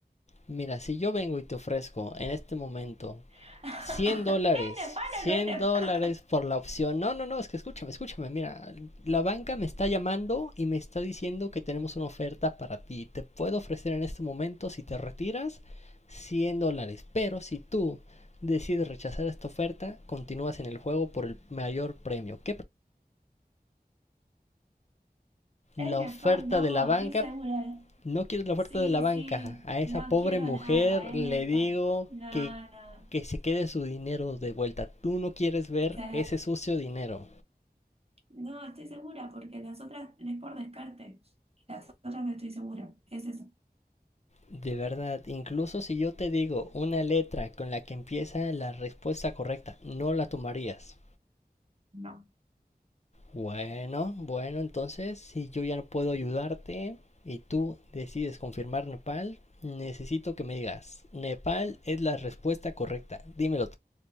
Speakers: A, on the left; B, on the right.
A: Mira, si yo vengo y te ofrezco en este momento
B: <laughs> ¿Es
A: 100 dólares.
B: Nepal
A: cien
B: o no es Nepal?
A: dólares por la opción. No, no, no, es que escúchame, escúchame. Mira, la banca me está llamando y me está diciendo que tenemos una oferta para ti. Te puedo ofrecer en este momento, si te retiras, 100 dólares. Pero si tú decides rechazar esta oferta, continúas en el juego por el mayor premio. ¿Qué la
B: Es Nepal,
A: oferta
B: no,
A: de la banca
B: estoy segura.
A: No quiero la
B: Sí,
A: oferta de la banca.
B: sí,
A: A esa
B: no
A: pobre
B: quiero
A: mujer
B: nada, es
A: le
B: Nepal.
A: digo
B: No,
A: que,
B: no.
A: que se quede su dinero de vuelta. Tú no quieres ver
B: Sí.
A: ese sucio dinero.
B: No, estoy segura porque las otras es por descarte. Las otras no estoy segura. Es eso.
A: De verdad, incluso si yo te digo una letra con la que empieza la respuesta correcta, no la tomarías.
B: No.
A: Bueno, bueno, entonces si yo ya no puedo ayudarte y tú decides confirmar Nepal, necesito que me digas, Nepal es la respuesta correcta. Dímelo tú.